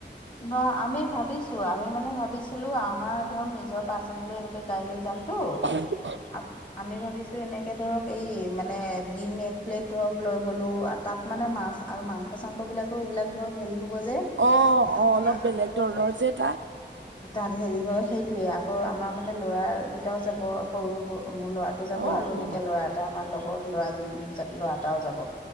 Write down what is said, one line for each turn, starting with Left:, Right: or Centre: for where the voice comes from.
Left: ন আমি ভাবিছোঁ আমি মানে ভাবিছিলোঁ আমাৰ ধৰক নিজৰ পাৰ্চনেলি এনেকৈ গাড়ী লৈ যাম। তটো
Right: অ
Left: আমি ভাবিছো। এনেকে ধৰক এই মানে ডিম, এক প্লেট ধৰক লৈ গ'লো তাত মানে মাছ, আৰু মাংস চাংসবিলাকে এইবিলাক ধৰক হেৰি হ'ব যে-
Right: অ
Left: তাৰপৰা
Right: অ অলপ বেলেগ
Left: আকৌ ধৰক
Right: ধৰণৰ যে তাত
Left: তাত হেৰি হয় সেইটোয়ে আকৌ আমাৰ মানে ল'ৰা দুটাও যাব সৰু সৰু মোৰ ল'ৰা যাব
Right: অ
Left: আৰু এনেকৈ
Right: অ
Left: ল'ৰা এটা আমাৰ লগৰ ল'ৰাজন ল'ৰা এটাও যাব।